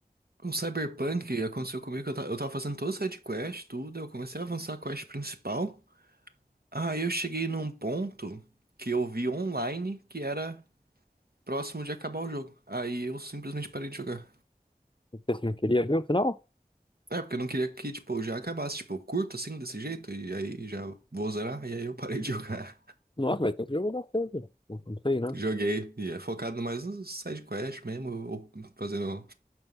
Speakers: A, on the right (about 80°); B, on the left (about 30°).
A: Com Cyberpunk, aconteceu comigo que eu, ta- eu tava fazendo toda essa quest, tudo. Eu comecei a avançar a quest principal. Aí eu cheguei num ponto que eu vi online que era próximo de acabar o jogo. Aí eu simplesmente parei de jogar.
B: Você não queria ver o final?
A: É, porque eu não queria que, tipo, já acabasse, tipo, curto assim, desse jeito, e aí já vou zerar, e aí eu parei de jogar.
B: Nossa, vai ter um jogo bastante. Não não
A: <laughs>
B: sei, né?
A: Joguei, e é focado mais no side quest mesmo, ou fazendo,